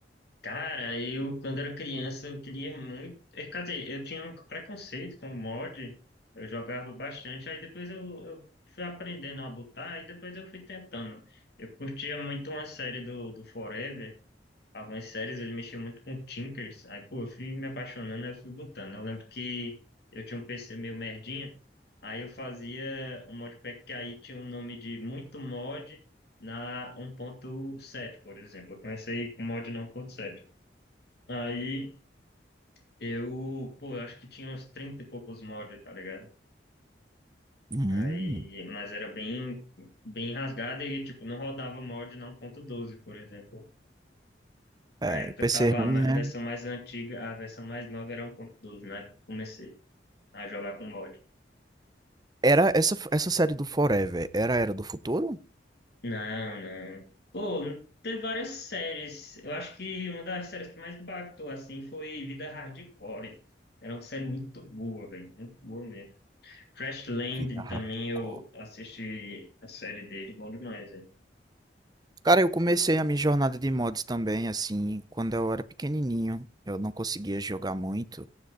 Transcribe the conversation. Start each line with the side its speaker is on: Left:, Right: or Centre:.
Left: Cara, eu, quando era criança, eu queria muito. eh, Quer dizer, eu tinha um preconceito com mod, eu jogava bastante, aí depois eu, eu fui aprendendo a botar, e depois eu fui tentando. Eu curtia muito uma série do, do Forever, algumas séries ele mexia muito com Tinkers. Aí, pô, eu fui me apaixonando, aí eu fui botando. Eu lembro que eu tinha um PC meio merdinha, aí eu fazia um modpack que aí tinha o nome de muito mod na um ponto sete por exemplo. Eu comecei com mod na um ponto sete Aí eu, pô, eu acho que tinha uns 30 e poucos mods, tá ligado?
Right: Hum,
Left: Aí, mas era bem, bem rasgada e, tipo, não rodava mod na um ponto doze por exemplo.
Right: é,
Left: Na época
Right: PC
Left: tava
Right: ruim,
Left: a ma-
Right: né?
Left: a versão mais antiga, a versão mais nova era 1.12, na época que comecei a jogar com mod.
Right: Era essa, essa série do Forever, era a Era do Futuro?
Left: Não, não. Pô, teve várias séries. Eu acho que uma das séries que mais impactou, assim, foi Vida Hardcore. Era uma série muito boa, velho. Muito boa mesmo. Crash Landing
Right: Vida
Left: também
Right: hardcore.
Left: eu assisti a série dele, bom demais, velho.
Right: Cara, eu comecei a minha jornada de mods também, assim, quando eu era pequenininho. Eu não conseguia jogar muito,